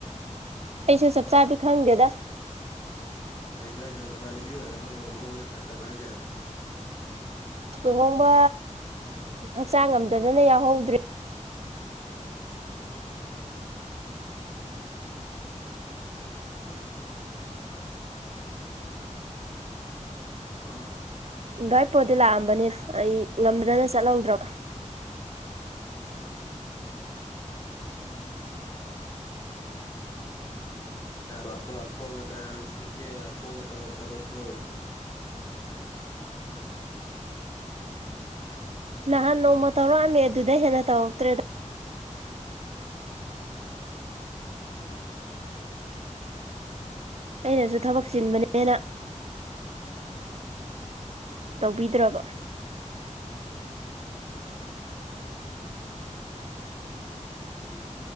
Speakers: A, on the right; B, on the left.
A: ꯑꯩꯁꯨ ꯆꯞ ꯆꯕꯗꯤ ꯈꯡꯗꯦꯗꯥ꯫
B: ꯀꯩꯅꯣ ꯍꯥꯏꯁꯨ ꯅꯃꯥꯟꯅꯕꯤ ꯑꯣꯏꯔꯒꯕꯨ ꯂꯨꯍꯣꯡꯕꯁꯨ ꯆꯠꯇꯕ꯭ꯔꯥ ꯍꯥꯏꯁꯦ?
A: ꯂꯨꯍꯣꯡꯕ ꯍꯛꯆꯥꯡ ꯉꯝꯗꯗꯅ ꯌꯥꯎꯍꯧꯗ꯭ꯔꯦ꯫
B: ꯎꯝ꯫ ꯑ
A: ꯚꯥꯏ ꯄꯣꯗꯤ ꯂꯥꯛꯑꯝꯕꯅꯤ ꯑꯩ ꯉꯝꯗ꯭ꯔꯅ ꯆꯠꯍꯧꯗ꯭ꯔ
B: ꯑꯣ ꯐꯣꯟꯒ ꯇ ꯍꯧꯖꯤꯛꯖꯤꯛꯇꯤ ꯐꯣꯟꯒ ꯇꯧ ꯇꯧꯔꯛꯄ꯭ꯔꯣ
A: ꯅꯍꯥꯟ ꯅꯣꯡꯃ ꯇꯧꯔꯛꯑꯝꯃꯦ ꯑꯗꯨꯗ ꯍꯦꯟꯅ ꯇꯧꯔꯛꯇ꯭ꯔꯦ
B: ꯑꯣ
A: ꯑꯩꯅꯁꯨ ꯊꯕꯛ ꯆꯟꯕꯅꯦꯅ ꯇꯧꯕꯤꯗ꯭ꯔꯕ
B: ꯎꯝ